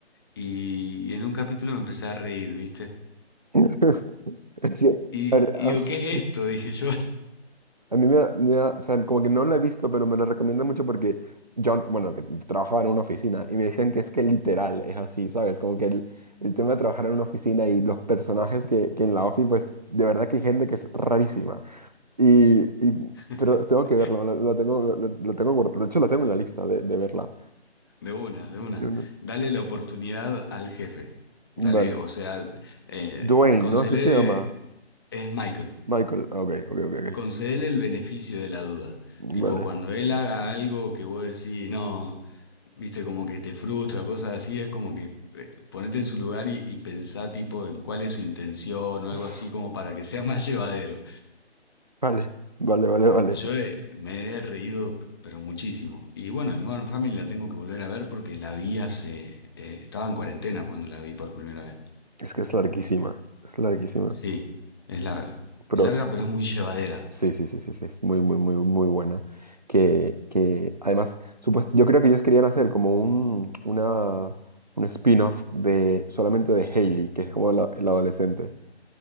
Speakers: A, on the left; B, on the right.
A: Y, y en un capítulo me empecé a reír, ¿viste?
B: <laughs> Es que,
A: Y,
B: a ver,
A: y
B: <laughs>
A: digo, ¿qué es esto? Dije yo.
B: A mí me da, me da- o sea, como que no la he visto, pero me la recomiendan mucho porque yo, bueno, que trabajaba en una oficina y me decían que es que literal es así, ¿sabes? Como que el, el tema de trabajar en una oficina y los personajes que, que en la ofi, pues de verdad que hay gente que es rarísima. Y, y-
A: <laughs>
B: pero tengo que verlo, la, la tengo, la, la- la tengo guardada, de hecho la tengo en la lista de, de verla.
A: De una, de una.
B: Yo no-
A: Dale la oportunidad al jefe. Dale,
B: Vale.
A: o sea, eh,
B: Dwayne,
A: con
B: ¿no?
A: Cele
B: ¿Es que se llama?
A: es Michael.
B: Michael. Ah, Ok, ok, ok, ok.
A: Concédele el beneficio de la duda.
B: Vale.
A: Tipo, cuando él haga algo que vos decís, no, viste, como que te frustra cosas así, es como que eh, ponete en su lugar y, y pensá, tipo, en cuál es su intención o
B: <laughs>
A: algo así, como para que sea <laughs> más llevadero.
B: Vale, vale, vale, vale.
A: Yo eh, me he reído, p- pero muchísimo. Y bueno, de Modern Family la tengo que volver a ver porque la vi hace. eh, estaba en cuarentena cuando la vi por primera vez.
B: Es que es larguísima, es larguísima.
A: Sí, es larga.
B: Pero
A: Es larga, pero es muy llevadera.
B: Sí, sí, sí, sí, sí, es muy, muy, muy, muy buena. Que, que además, supuest- yo creo que ellos querían hacer como un, una, un spin-off de solamente de Hailey, que es como la, la adolescente. O